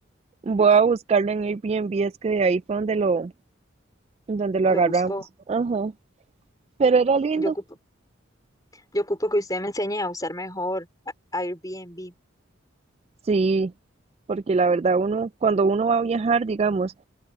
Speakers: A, on the right; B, on the left.
A: Voy a buscarlo en Airbnb, es que de ahí fue donde lo, donde lo
B: Lo
A: agarramos.
B: buscó.
A: Ajá. Pero era lindo
B: Yo ocupo, yo ocupo que usted me enseñe a usar mejor a- Airbnb.
A: Sí, porque la verdad uno, cuando uno va a viajar, digamos,